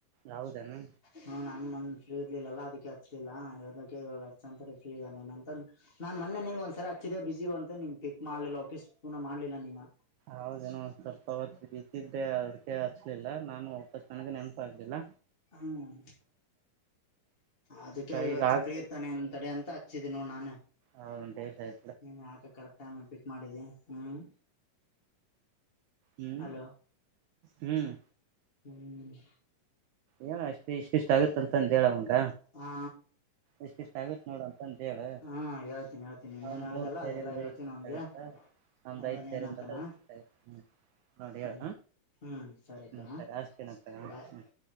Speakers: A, on the right; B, on the left.
A: ಹೌದೇನು.
B: ಹ, ನನ್ ಮಂದ ಫ್ರೀ ಇರ್ಲಿಲ್ಲಲ್ಲಾ, ಅದಕ್ಕೆ ಹಚ್ಲಿಲ್ಲ ಇದಕ್ಕೆ ಇವಾಗ ಹಚ್ಚಂತ ಫ್ರೀ ಇದಾನೆನಂತ. ನಾನ್ ಮೊನ್ನೆ ನಿಂಗ ಒಂದ್ಸರಿ ಹಚಿದಿದೆ. ಬಿಜಿ ಬಂತು ನಿ ಪಿಕ್ ಮಾಡ್ಲಿಲ್ಲ, ವಾಪಿಸ್ ಪೂನ ಮಾಡಲಿಲ್ಲ ನೀನಾ.
A: ಹೌದೇನ, ಒಂದ ಸ್ವಲ್ಪ ಅವತ್ತು ಬಿಸಿ ಇದೆ ಅದಕ್ಕೆ ಹಚ್ಚಲಿಲ್ಲ ನಾನು ವಾಪಸ್ ನನಗ್ ನೆನ್ಪ. ಆಗಲಿಲ್ಲ.
B: ಹ್ಮ್, ಅದಕ್ಕೆ ಇವತ್ತು
A: ಈಗ ಆಗ್ಬೋದು
B: ಫ್ರೀ ಇರ್ತಾನೆ ಅಂತನೆ ಅಂತ. ಹಚ್ಚಿದಿನಿ ನೋಡ್ ನಾನ್.
A: ಹೌದ ಏನ್ ಸರಿ
B: ನೀ ಯಾಕ್ ಕರೆಕ್ಟ್ ಟೈಮ್ ಪಿಕ್ ಮಾಡಿದ್ದ, ಹ್ಮ್
A: ಹ್ಮ್
B: ಹಲೋ.
A: ಹ್ಮ್.
B: ಹ್ಮ್.
A: ಹೇಳ ಅಷ್ಟೆ ಇಷ್ಟು, ಇಷ್ಟು ಆಗುತ್ತ ಅಂತ ಅಂದ ಹೇಳ ಅವಂಗ.
B: ಹಾ!
A: ಇಷ್ಟುಷ್ಟ ಆಗುತ್ತ ನೋಡ. ಅಂತ ಹೇಳ!
B: ಹಾ! ಹೇಳ್ತೀನಿ, ಹೇಳ್ತಿನಿ ನೀನ್ನೇನ್
A: ಅವನ್
B: ಹೇಳ್ದುದಲ್ಲಾ,
A: ಮೂರ್ ಸೇರಿಂದ
B: ಅದೆಲ್ಲಾ ಹೇಳ್ತನಿ
A: ಇಷ್ಟ
B: ಅವನಿಗೆ.
A: ಆಗುತ್ತ ನಮ್ದ್
B: ನೋಡೋಣ
A: ಐದ್ ಸೇರಿಂದಲ್ಲ
B: ಏನಂತನಾ.
A: ಇಷ್ಟ ಆಗುತ್ತ ನೋಡಿ
B: ಹು
A: ಹೇಳ
B: ಹು ಸರಿ
A: ಹ್ಮ್
B: ತೊ
A: ಸರಿ ಅಷ್ಟತೇನಂತ
B: ಬಾಯ್.
A: ಹ್ಮ್